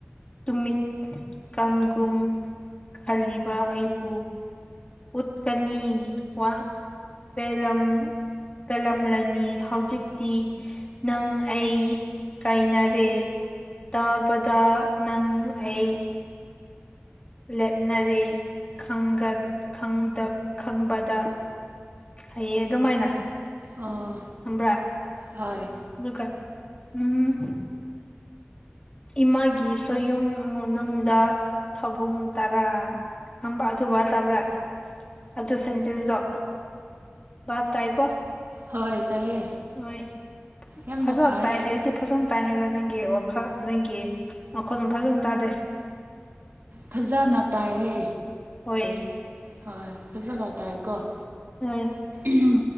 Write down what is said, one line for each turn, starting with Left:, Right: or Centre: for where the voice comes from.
Left: ꯇꯨꯃꯤꯠ ꯀꯟꯒꯨꯝ ꯈꯥꯜꯂꯤꯕ ꯑꯩꯕꯨ꯫ ꯎꯠꯀꯅꯤ ꯋꯥ ꯄꯦꯂꯝ ꯄꯦꯜꯂꯝꯂꯅꯤ ꯍꯧꯖꯤꯛꯇꯤ꯫ ꯅꯪ ꯑꯩ ꯀꯥꯏꯅꯔꯦ ꯇꯥꯕꯗ꯫ ꯅꯪ ꯑꯩ꯫ ꯂꯦꯞꯅꯔꯦ ꯈꯪꯒ ꯈꯪꯗ ꯈꯪꯕꯗ ꯍꯌꯦꯑ ꯑꯗꯨꯃꯥꯏꯅ꯫
Right: ꯑꯥ꯫
Left: ꯈꯪꯕ꯭ꯔ
Right: ꯍꯣꯏ꯫
Left: <unintelligible> ꯎꯝ ꯏꯃꯥꯒꯤ ꯁꯣꯌꯨꯝ ꯅꯨꯡꯗ ꯊꯥꯕꯨꯡ ꯇꯔꯥ꯫ ꯍꯝꯕ ꯑꯗꯨ ꯋꯥ ꯇꯕ꯭ꯔꯥ ꯑꯗꯨ ꯁꯦꯟꯇꯦꯟꯁꯇꯣ ꯚꯥꯞ ꯇꯥꯏꯀꯣ
Right: ꯍꯣꯏ ꯇꯥꯏꯌꯦ
Left: ꯍꯣꯏ
Right: ꯌꯥꯝꯅ
Left: ꯐꯖꯅ
Right: ꯐꯔꯦ
Left: ꯇꯥꯏ ꯍꯥꯏꯔꯗꯤ꯫ ꯐꯖꯅ ꯇꯥꯏ ꯍꯥꯏꯔꯣ ꯅꯪꯒꯤ ꯋꯥꯈꯜ ꯅꯪꯒꯤ ꯃꯈꯣꯜ ꯐꯖꯅ ꯇꯥꯗꯦ꯫
Right: ꯐꯖꯅ ꯇꯥꯏꯔꯦ꯫
Left: ꯍꯣꯏ꯫
Right: ꯍꯣꯏ ꯐꯖꯕ ꯍꯥꯏ ꯇꯥꯏꯦꯀꯣ ꯎ
Left: ꯍꯣꯏ
Right: ꯎꯝ